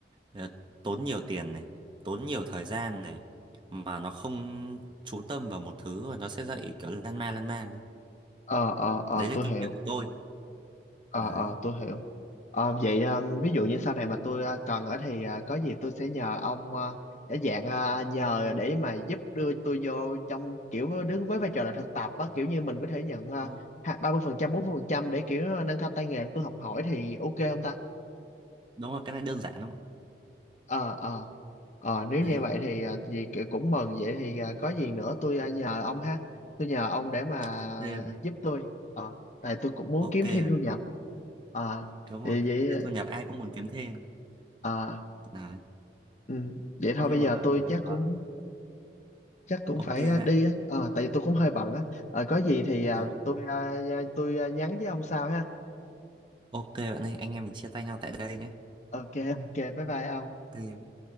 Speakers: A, on the right (about 25°); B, on the left (about 40°).
A: ờ, tốn nhiều tiền này tốn nhiều thời gian này mà nó không chú tâm vào một thứ và nó sẽ dạy kiểu lan man lan man ấy.
B: ờ ờ ờ
A: đấy là
B: tôi
A: kinh
B: hiểu
A: nghiệm của tôi
B: ờ
A: đấy
B: ờ tôi hiểu Ờ, vậy ờ, ví dụ như sau này mà tôi ờ, cần ở thì ờ, có gì tôi sẽ nhờ ông ờ, để dạng ờ, nhờ để mà giúp đưa tôi vô trong kiểu đứng với vai trò là thực tập á kiểu như mình có thể nhận ờ,
A: đúng rồi.
B: ha- ba mươi phần trăm bốn mươi phần trăm để kiểu ờ, nâng cao tay nghề để tôi học hỏi thì ok không ta
A: đúng rồi cái này đơn giản đúng không ạ
B: ờ ờ ờ nếu
A: đấy
B: như vậy thì ờ, gì ki- cũng mừng vậy thì ờ, có gì nữa tôi ờ, nhờ ông ha tôi nhờ ông để mà
A: ok bạn.
B: giúp tôi ờ tại tôi cũng muốn
A: ok
B: kiếm
A: bạn.
B: thêm thu nhập ờ
A: đúng rồi
B: thì
A: Thực
B: vậy
A: ra thu nhập ai cũng muốn kiếm thêm
B: ờ
A: đấy
B: Ừ. Vậy thôi
A: nhưng
B: bây giờ
A: mà
B: tôi
A: ờ,
B: chắc
A: rồi
B: cũng chắc cũng
A: ok
B: phải ờ,
A: bạn
B: đi á Ờ, tại vì tôi cũng hơi bận á Ờ, có gì thì à,
A: đúng rồi.
B: tôi à, à, tôi à, nhắn với ông sau ha
A: ok bạn ơi anh em mình chia tay nhau tại đây nhé
B: ok <laughs> ok bye bye ông
A: Ok